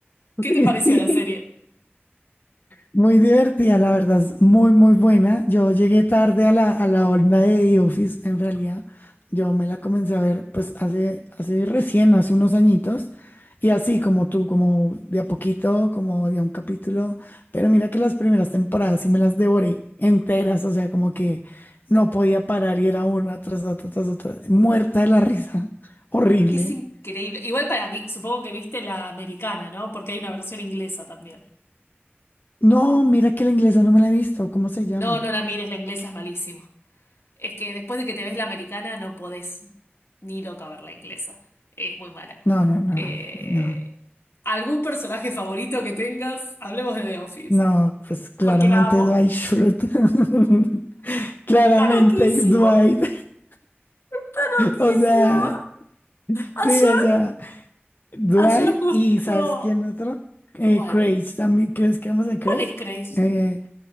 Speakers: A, on the left; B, on the left.
A: <laughs>
B: ¿Qué te pareció
A: Sí, sí.
B: la serie?
A: Muy divertida, la verdad, es muy, muy buena. Yo llegué tarde a la, a la onda de The Office, en realidad. Yo me la comencé a ver, pues, hace, hace recién, hace unos añitos. Y así como tú, como de a poquito, como de a un capítulo. Pero mira que las primeras temporadas sí me las devoré enteras, o sea, como que no podía parar y era una tras otra, tras otra, muerta de la risa. Horrible.
B: Es que es increíble. Igual para mí, supongo que viste la americana, ¿no? Porque hay una versión inglesa también.
A: No, mira que la inglesa no me la he visto. ¿Cómo se llama?
B: No, no la mires, la inglesa es malísimo. Es que después de que te ves la americana no podés ni loca ver la inglesa. Es muy mala.
A: No, no, no,
B: Eh,
A: no.
B: ¿algún personaje favorito que tengas? Hablemos de The Office.
A: No, pues claramente
B: Porque la amo.
A: Dwight Schrute. <laughs> Claramente
B: Está loquísimo.
A: Dwight. <laughs>
B: Está loquísimo.
A: O sea,
B: Ayer,
A: sí, o sea, Dwight
B: ayer justo...
A: y ¿sabes quién otro? Eh,
B: ¿Cuál?
A: Craig, también, ¿crees que vamos en Craig?
B: ¿Cuál es Grace?
A: Eh,